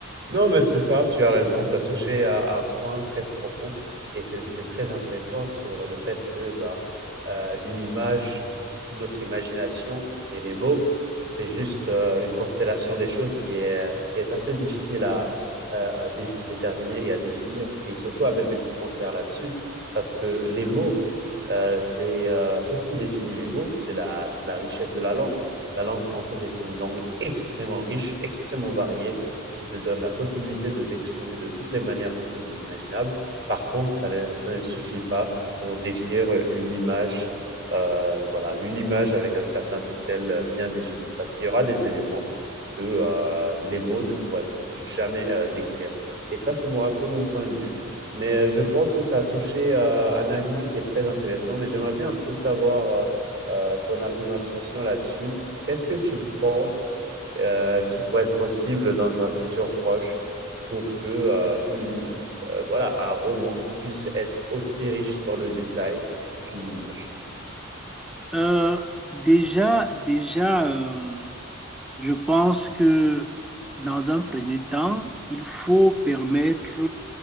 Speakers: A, on the right (about 60°); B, in the centre.
A: Non, mais c'est ça, tu as raison, tu as touché à, à un point très profond et c'est c'est très intéressant sur le fait que bah, euh, une image, notre imagination et les mots, c'est juste euh, une constellation des choses qui est, qui est assez difficile à, à- à dé- déterminer et à définir et surtout à mettre des frontières là-dessus parce que les mots, euh, c'est euh, qu'est-ce qui définit les mots? C'est la, c'est la richesse de la langue. La langue française est une langue extrêmement riche, extrêmement variée qui te donne la possibilité de t'exprimer de toutes les manières possibles et imaginables. Par contre, ça, ne- ça ne suffit pas pour décrire une image, euh, voilà, une image avec un certain pixel euh, bien défini, parce qu'il y aura des éléments que euh, les mots ne pourraient jamais euh, décrire. Et ça, c'est moi, un peu mon point de vue. Mais euh, je pense que tu as touché euh, un argument qui est très intéressant, mais j'aimerais bien un peu savoir euh, euh, ton argumentation là-dessus. Qu'est-ce que tu penses euh, qui pourrait être possible dans un futur proche pour que euh, une, euh, voilà, un roman puisse être aussi riche dans le détail qu'une image.
B: Euh, déjà, déjà, euh, Je pense que dans un premier temps, il faut permettre